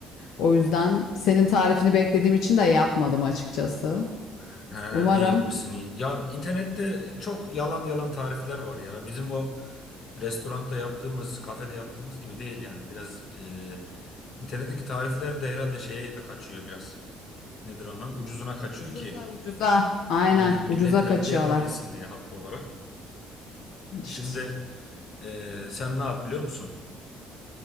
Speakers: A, on the left (about 65°); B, on the left (about 35°).
A: O yüzden senin tarifini beklediğim için de yapmadım açıkçası.
B: He
A: Umarım.
B: iyi yapmışsın iyi. Ya internette çok yalan yalan tarifler var ya. Bizim o restoranda yaptığımız, kafede yaptığımız gibi değil yani. Biraz e, internetteki tarifler de herhalde şeye de kaçıyor biraz. Nedir onu? Ucuzuna kaçıyor
A: Ucuza
B: ki.
A: ucuza. Aynen
B: Aynen millet
A: ucuza
B: evinde
A: kaçıyorlar.
B: yapabilsin diye haklı olarak.
A: İşte.
B: Şimdi e, sen ne yap biliyor musun?